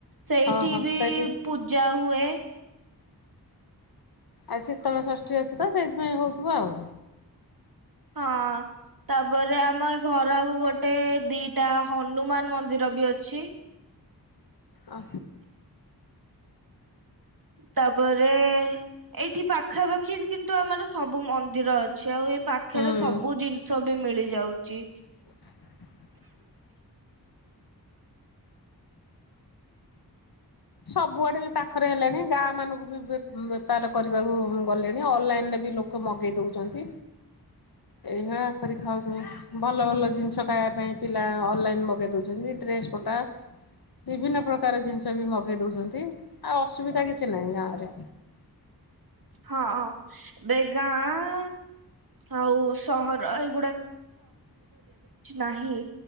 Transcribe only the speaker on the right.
ସେଇଠି
ବି
ପୂଜା ହୁଏ।
ହଁ ତାପରେ ଆମ ଘର ଆକୁ ଗୋଟେ ଦିଟା ହନୁମାନ ମନ୍ଦିର ବି ଅଛି।
ତାପରେ ଏଇଠି ପାଖାପାଖି କିନ୍ତୁ ଆମର ସବୁ ମନ୍ଦି ନ୍ଦିର ଅଛି ଆଉ ଏ ପାଖରେ
ସବୁ ଜିନିଷ ବି ମିଳି ଯାଉ ଚି।
ହଁ ଏବେ ଗାଁ ଆଉ ସହର ଏ ନାହିଁ।